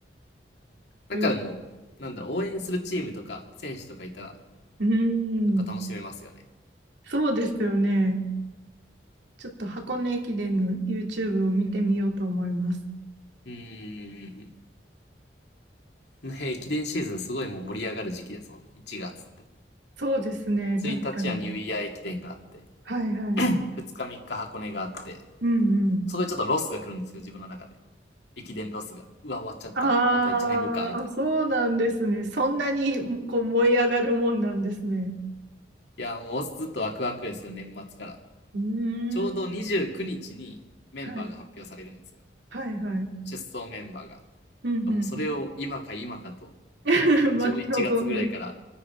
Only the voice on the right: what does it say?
え
うん。
そうですよね。ちょっと箱根駅伝の YouTube を見てみようと思います。
そうですね。
確かに。はいはい。
うんうん。
あーあ、
そうなんですね。そんなにこう燃え上がるもんなんですね。
うーん。
はい。はいはい。
うんうんうん。
<laughs>
待ち望んで。